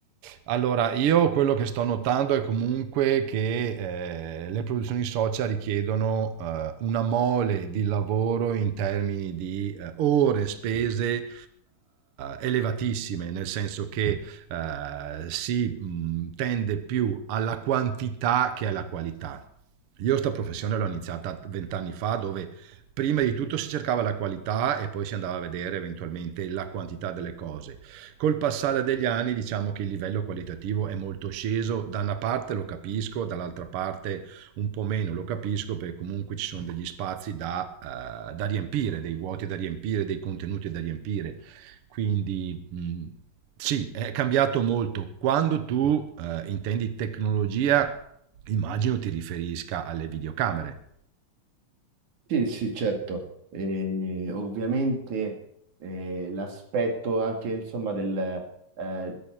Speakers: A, on the right (about 60°); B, on the right (about 80°).
A: Allora, io quello che sto notando è comunque che eh, le produzioni social richiedono eh, una mole di lavoro in termini di eh, ore spese eh, elevatissime, nel senso che eh, si mh, tende più alla quantità che alla qualità. Io sta professione l'ho iniziata vent'anni fa, dove prima di tutto si cercava la qualità e poi si andava a vedere eventualmente la quantità delle cose. Col passare degli anni diciamo che il livello qualitativo è molto sceso, da una parte lo capisco, dall'altra parte un po' meno lo capisco perché comunque ci sono degli spazi da, eh, da riempire, dei vuoti da riempire, dei contenuti da riempire quindi, mhmm, sì, è cambiato molto. Quando tu, ehm, intendi tecnologia, immagino ti riferisca alle videocamere.
B: Sì, sì, certo. Eh, ovviamente eh, l'aspetto anche insomma del eh,